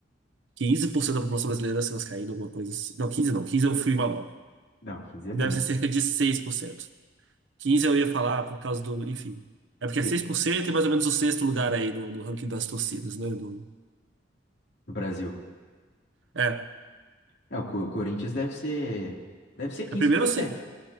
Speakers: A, on the right; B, on the left.
A: quinze por cento da população brasileira deve ser vascaína, alguma coisa assim. Não, 15 não, 15 eu fui maluco.
B: Não, 15 é
A: Deve
B: muito.
A: ser cerca de seis por cento 15 eu ia falar por causa do. Enfim. É porque é
B: E,
A: 6% e mais ou menos o sexto lugar aí no, no ranking das torcidas, né? Do,
B: no Brasil.
A: é.
B: É, o Co- Corinthians deve ser, deve ser quinze
A: É primeiro
B: por
A: ou se.
B: cento.